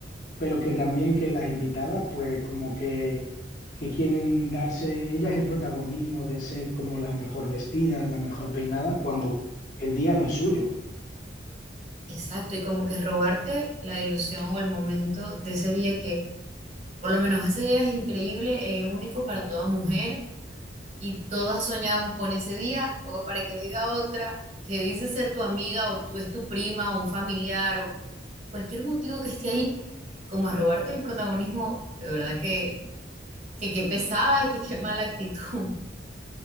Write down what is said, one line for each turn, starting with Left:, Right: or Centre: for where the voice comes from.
Left: pero que también que las invitadas, pues como que, que quieren darse ellas el protagonismo de ser como las mejor vestidas, las mejor peinadas, cuando el día no es suyo.
Right: Exacto, y como que robarte la ilusión o el momento de ese día que Por lo menos ese día es increíble, eh, único para toda mujer y todas soñamos con ese día, como para que venga otra que dice ser tu amiga o tú, es tu prima o un familiar o cualquier motivo que esté ahí, como a robarte el protagonismo, de verdad que, que qué pesada, que qué mala actitud.